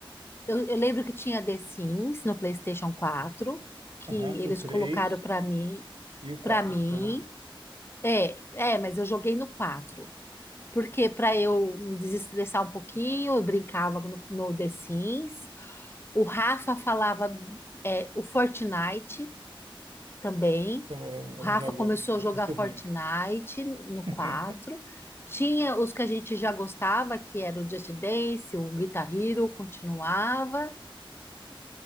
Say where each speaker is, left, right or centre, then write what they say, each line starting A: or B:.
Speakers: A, on the left; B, on the right.
A: eu, eu lembro que tinha The Sims no PlayStation 4 que
B: Aham,
A: eles
B: o 3
A: colocaram pra mim,
B: e o 4.
A: para mim.
B: Eu
A: É, é, mas eu joguei no quatro Porque para eu me desestressar um pouquinho, eu brincava no, no The Sims. O Rafa falava é, o Fortnite também.
B: não, eu eu
A: O Rafa
B: não jogo,
A: começou
B: eu
A: a jogar
B: sou muito
A: Fortnite
B: ruim.
A: no
B: <laughs>
A: quatro. Tinha os que a gente já gostava, que era o Just Dance, o Guitar Hero, continuava.